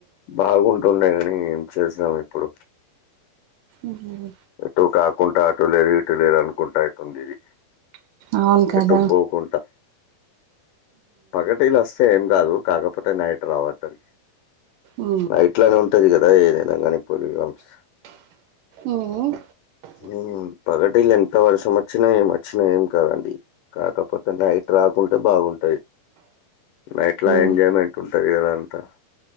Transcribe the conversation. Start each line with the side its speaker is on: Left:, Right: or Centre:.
Left: బాగుంటుండే కాని ఏం చేసినాం ఇప్పుడు
Right: ఉమ్
Left: ఎటు కాకుండా అటు లేరు ఇటు లేరు అనుకుంటా అటుంది ఇది
Right: అవును కదా
Left: ఎటు పోకుంటా పగటీల వస్తే ఏం కాదు కాకపోతే నైట్ రావద్దని
Right: ఉ
Left: ఇట్లానే ఉంటది కదా ఏదైనా కానీ పోలి గమ్స్
Right: ఉ
Left: ఉమ్ పగటిల ఇట్టా వర్షమొచ్చినా ఏం వచ్చినా ఏం కాదండి కాకపోతే నైట్ రాకుంటే బాగుంటాయ్ నైట్లా ఎంజాయ్మెంట్
Right: ఉ
Left: ఉంటది గదా అంతా